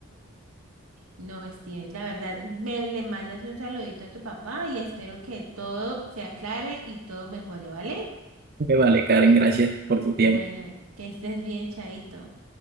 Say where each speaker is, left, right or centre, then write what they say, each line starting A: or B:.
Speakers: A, on the right; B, on the right.
A: No, Steven, la verdad, me le mandas un saludito a tu papá y espero que todo se aclare y todo mejore, ¿vale?
B: Me vale, Karen, gracias por tu tiempo.
A: Bueno, que estés bien, Chaito.